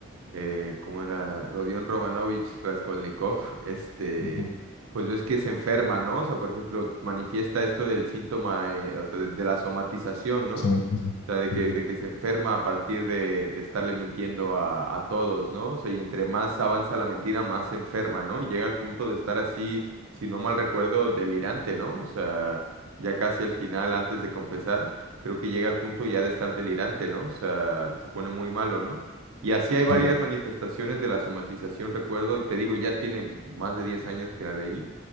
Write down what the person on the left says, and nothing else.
Ujú.
Eso me pasa.
Sí,
sí,